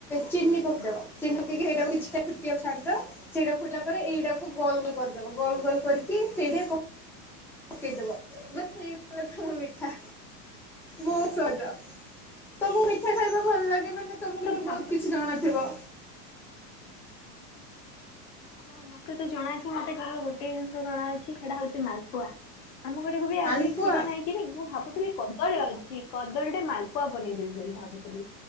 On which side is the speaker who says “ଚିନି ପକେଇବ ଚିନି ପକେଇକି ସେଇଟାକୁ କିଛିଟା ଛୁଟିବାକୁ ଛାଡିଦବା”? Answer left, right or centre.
Centre